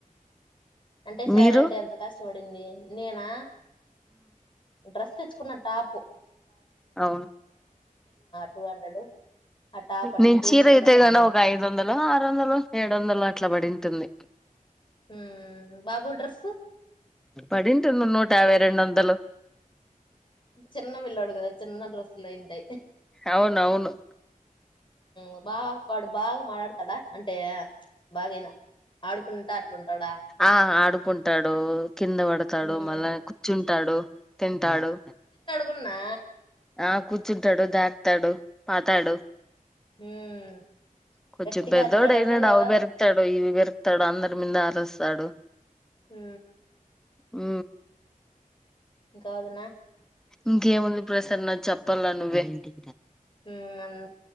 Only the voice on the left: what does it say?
అంటే సారే
అంటే ఎంత కాష్టపడింది నేనా డ్రెస్ తెచ్చు కున్న తాపు
టూ హండ్రెడ్ ఆ టాప్ అట్లా
టూ
హండ్రెడ్
అట్ట
పడింది
ఉమ్ బాబు డ్రెస్సు
చిన్న విల్ అడుకుదా చిన్న డ్రస్ ఇంటై
ఉ బా పాడు బాగా మాట్లాడతాడా అంటే బాగేనా ఆడుకుంటా అట్లుంటాడా
ఉమ్
సున్నా
ఉమ్
గట్టిగా
అరుస్తాడు
అసలు
హ
ఇంకావదునా
ఉమ్ అన్-